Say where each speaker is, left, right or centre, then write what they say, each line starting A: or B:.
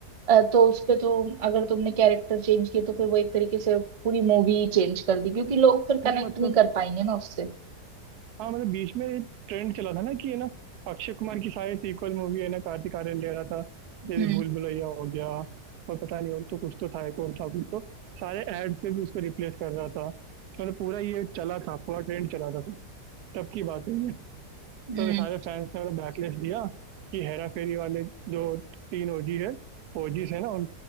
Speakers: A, on the right; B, on the right.
A: अ, तो उसपे तो अगर तुमने कैरेक्टर चेंज किए तो फिर वो एक तरीके से पूरी मूवी ही चेंज कर दी क्योंकि लोग फिर
B: नहीं
A: कनेक्ट
B: मतलब
A: नहीं कर पाएंगे ना उससे
B: हाँ मतलब बीच में ट्रेंड चला था ना कि है ना अक्षय कुमार की सारी सीक्वल मूवी है ना कार्तिक आर्यन ले रहा था जैसे
A: हम्म
B: भूल भुलैया हो गया और पता नहीं और तो कुछ तो था एक और था कुछ तो सारे एड पे भी उसको रिप्लेस कर रहा था मतलब पूरा ये चला था पूरा ट्रेंड चला था तो तब की बात है ये
A: हम्म
B: तो ये सारे फैंस ने मतलब बैकलैश दिया कि हेरा फेरी वाले जो तीन ओजी है ओजीज है ना उन